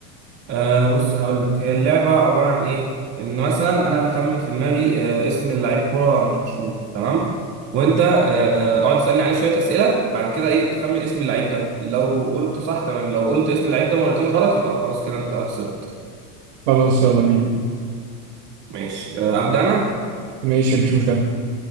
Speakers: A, on the right; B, on the right.
A: أه بص هقول لك هي اللعبه عباره عن ايه ان مثلا انا هخمن في دماغي أه اسم لعيب كوره مشهور تمام وانت أه اقعد تسالني عليه شويه اسئله بعد كده ايه تخمن اسم اللعيب ده لو قلت صح تمام لو قلت اسم اللعيب ده مرتين غلط يبقى خلاص كده انت خسرت
B: خلاص يلا بينا
A: ماشي أه ابدا انا
B: ماشي مفيش مشكله